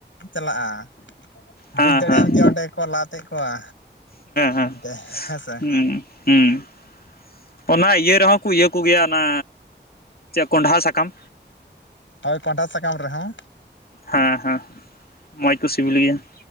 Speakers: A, on the left; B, on the left.
A: ᱪᱟᱞᱟᱜᱼᱟ ᱾ ᱵᱩᱡ
B: ᱦᱮᱸ
A: ᱫᱟᱲᱮᱭᱟᱢ
B: ᱦᱮᱸ
A: ᱡᱮ ᱚᱸᱰᱮ ᱠᱚ ᱞᱟᱛᱮᱜ ᱠᱚᱣᱟ
B: ᱦᱮᱸ
A: ᱮᱱᱛᱮ ᱦᱮᱸᱥᱮ᱾
B: ᱦᱩᱸ ᱦᱩᱸ ᱚᱱᱟ ᱤᱭᱟᱹ ᱨᱮᱦᱚᱸ ᱠᱚ ᱤᱭᱟᱹ ᱠᱚᱜᱮᱭᱟ ᱚᱱᱟ ᱪᱮᱫ ᱠᱚᱸᱰᱦᱟ ᱥᱟᱠᱟᱢ,
A: ᱦᱳᱭ ᱠᱚᱸᱰᱦᱟ ᱥᱟᱠᱟᱢ ᱨᱮᱦᱚᱸ
B: ᱦᱮᱸ ᱦᱮᱸ ᱢᱚᱸᱡᱽ ᱠᱚ ᱥᱤᱵᱤᱞ ᱜᱮᱭᱟ ᱾